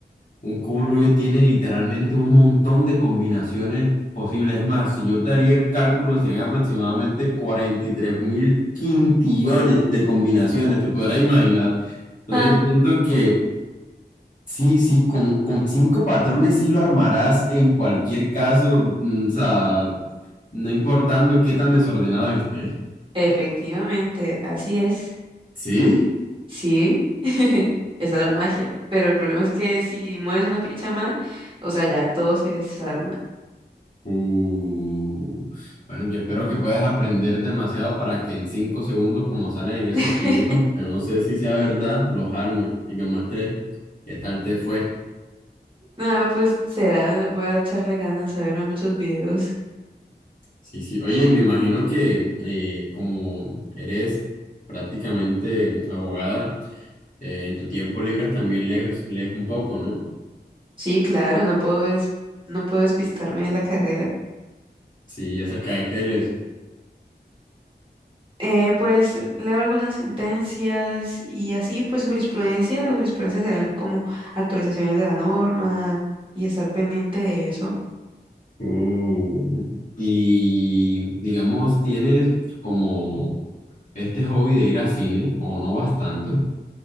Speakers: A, on the left (about 45°); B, on the right (about 30°).
A: un cubo Rubik tiene literalmente un montón de combinaciones posibles. Es más, si yo te haría el cálculo, serían aproximadamente 43 mil quintillones de combinaciones, te podrás imaginar. Entonces
B: Ah,
A: yo siento que Sí, sí, con, con cinco patrones sí lo armarás en cualquier caso, mm, o sea, no importando qué tan desordenado esté.
B: efectivamente, así es.
A: ¿Sí?
B: Sí, <laughs> esa es la magia. Pero el problema es que si mueves una ficha mal, o sea, ya todo se desarma.
A: Uh, bueno, yo espero que puedas aprender demasiado para que en cinco segundos, como salen en esos
B: <laughs>
A: videos, que no sé si sea verdad, los arme y me muestres qué tal te fue.
B: Nada, pues será, voy a echarle ganas a verme muchos videos.
A: Sí, sí. Oye, y me imagino que eh, como eres prácticamente abogada, eh, en tu tiempo libre también lees, lees un poco, ¿no?
B: Sí, claro, no puedo des- no puedo despistarme de la carrera.
A: Sí, acerca de Keles.
B: Eh, pues leo algunas sentencias y así, pues jurisprudencia, la jurisprudencia serían como actualizaciones de la norma y estar pendiente de eso.
A: Uh, y digamos, tienes como este hobby de ir a cine, o no vas tanto,